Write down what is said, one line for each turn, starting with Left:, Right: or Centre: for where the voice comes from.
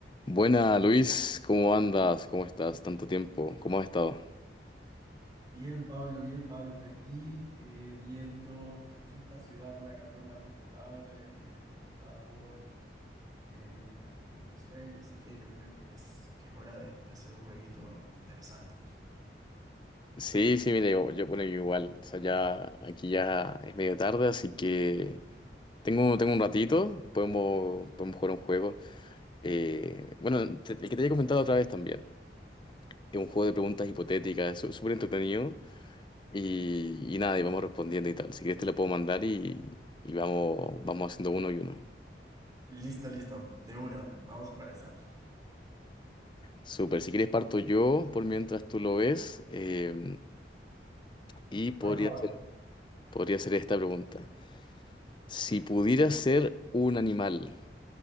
Left: Buena, Luis, ¿cómo andas? ¿Cómo estás? Tanto tiempo, ¿cómo has estado?
Right: Bien, Pablo, bien, Pablo, por aquí, eh, viendo esta ciudad por acá por la ventana y aquí en el computador, eh, no me está cogiendo el sueño, así que yo creo que es, que es hora de, de hacer un jueguito interesante.
Left: Sí, sí, mire, yo, yo bueno, yo igual, o sea, ya aquí ya es medio tarde, así que tengo, tengo un ratito, podemos, podemos jugar un juego. Eh, bueno, te- el que te había comentado otra vez también, es un juego de preguntas hipotéticas, es sú- súper entretenido y, y nada, y vamos respondiendo y tal. Si quieres te lo puedo mandar y, y vamos, vamos haciendo uno y uno.
Right: Listo, listo, de una, vamos para esa.
Left: Súper, si quieres parto yo por mientras tú lo ves eh, y podría...
Right: Por favor.
Left: Podría ser esta pregunta. Si pudieras ser un animal,